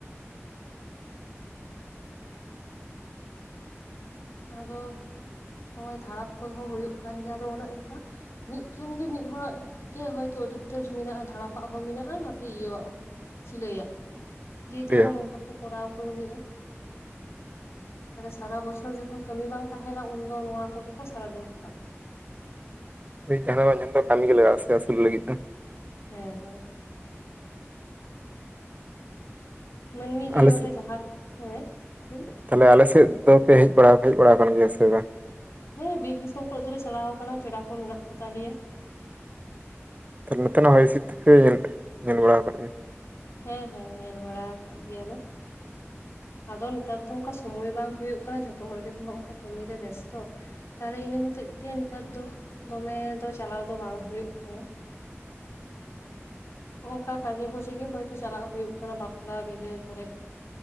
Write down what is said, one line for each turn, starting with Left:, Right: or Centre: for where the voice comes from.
Left: ᱟᱫᱚ, ᱦᱚᱸ ᱚᱭ ᱫᱷᱟᱲᱟᱯ ᱠᱚᱦᱚᱸ ᱦᱳᱭᱳᱜ ᱠᱟᱱ ᱜᱮᱭᱟ, ᱟᱫᱚ ᱚᱱᱮ ᱚᱱᱠᱟ᱾ ᱢᱤᱫᱴᱷᱮᱱ ᱜᱮ ᱢᱤᱫ ᱦᱚᱲᱟᱜ ᱜᱮ ᱦᱚᱭᱛᱚ ᱟᱹᱰᱤ ᱩᱛᱟᱹᱨ ᱢᱮᱱᱟᱜᱼᱟ᱾ ᱫᱷᱟᱲᱟᱯᱟᱜ ᱦᱚᱸ ᱢᱮᱱᱟᱜᱼᱟ ᱱᱟᱛᱮ ᱤᱭᱟᱹᱣᱟᱜ ᱦᱚᱸ᱾ ᱥᱤᱞᱟᱹᱭᱟᱜ ᱦᱚᱸ᱾ ᱡᱮ
Right: ᱞᱟᱹᱭᱟ
Left: ᱡᱮᱢᱚᱱ ᱚᱱᱠᱟ ᱠᱚ ᱠᱚᱨᱟᱣ ᱠᱟᱣ ᱱᱤᱡᱼᱟ᱾ ᱟᱫᱚ ᱥᱟᱨᱟ ᱵᱚᱪᱷᱚᱨ ᱡᱚᱠᱷᱚᱱ ᱡᱚᱠᱷᱚᱱ ᱠᱟᱹᱢᱤ ᱵᱟᱝ ᱛᱟᱦᱮᱱᱟ ᱩᱱᱫᱚ ᱱᱚᱣᱟ ᱠᱚᱜᱮ ᱠᱚ ᱥᱟᱨᱟᱫᱤᱱ ᱠᱚ ᱠᱟᱹᱢᱤᱭᱟ᱾
Right: ᱡᱟᱦᱟᱱᱟᱜ ᱵᱟᱝ ᱡᱟᱦᱟᱱᱟᱜ ᱫᱚ ᱠᱟᱹᱢᱤ ᱜᱮ ᱞᱟᱜᱟᱜᱼᱟ ᱥᱮ ᱟᱥᱩᱞ ᱞᱟᱹᱜᱤᱫ ᱫᱚ ᱾
Left: ᱦᱮᱸ ᱦᱮᱸ᱾ ᱢᱟᱹᱱᱢᱤ ᱡᱤᱭᱚᱱ
Right: ᱟᱞᱮ
Left: ᱨᱮ ᱡᱟᱦᱟᱸ, ᱦᱮᱸ ᱦᱮᱸ
Right: ᱛᱟᱦᱞᱮ ᱟᱞᱮ ᱥᱮᱫ ᱫᱚᱯᱮ ᱦᱮᱡ ᱵᱟᱲᱟ ᱦᱮᱡ ᱵᱟᱲᱟ ᱟᱠᱟᱱ ᱜᱮᱭᱟ ᱥᱮ ᱵᱟᱝ?
Left: ᱦᱮᱸ ᱵᱤᱨ ᱫᱤᱥᱚᱢ ᱠᱚᱨᱮ ᱫᱚᱞᱮ ᱪᱟᱞᱟᱣ ᱠᱟᱱᱟ ᱾ ᱯᱮᱲᱟ ᱠᱚ ᱢᱮᱱᱟᱜ ᱠᱚ ᱛᱟᱞᱮᱭᱟ ᱾
Right: ᱛᱟᱦᱚᱞᱮ ᱱᱚᱛᱮᱱᱟ ᱦᱚᱭ ᱦᱤᱥᱤᱫ ᱛᱮᱯᱮ ᱧᱮᱞ ᱵᱟᱲᱟ ᱟᱠᱟᱫ ᱜᱮᱭᱟ᱾
Left: ᱦᱮᱸ ᱦᱮᱸ ᱧᱮᱞ ᱵᱟᱲᱟ ᱟᱠᱟᱫ ᱜᱮᱭᱟ ᱞᱮ᱾ ᱟᱫᱚ ᱱᱮᱛᱟᱨ ᱫᱚ ᱚᱱᱠᱟ ᱥᱚᱢᱚᱭ ᱵᱟᱝ ᱦᱳᱭᱳᱜ ᱠᱟᱱᱟ ᱡᱷᱚᱛᱚ ᱦᱚᱲ ᱜᱮᱛᱚ ᱦᱚᱜ ᱚᱝᱠᱟ ᱠᱟᱹᱢᱤᱨᱮ ᱵᱮᱥᱛᱚ᱾ ᱛᱟᱦᱚᱞᱮ ᱤᱱᱟᱹ ᱦᱚᱛᱮᱛᱮ ᱱᱮᱛᱟᱨ ᱫᱚ ᱫᱚᱢᱮ ᱫᱚ ᱪᱟᱞᱟᱣ ᱫᱚ ᱵᱟᱝ ᱦᱳᱭᱳᱜ ᱠᱟᱱᱟ ᱾ ᱦᱚᱸᱜ ᱚᱝᱠᱟ ᱠᱟᱡᱮ ᱵᱷᱚᱡᱮ ᱜᱮ ᱦᱳᱭᱛᱚ ᱪᱟᱞᱟᱜ ᱦᱳᱭᱳᱜ ᱠᱟᱱᱟ ᱵᱟᱯᱞᱟ ᱵᱤᱦᱟᱹ ᱠᱚᱨᱮ᱾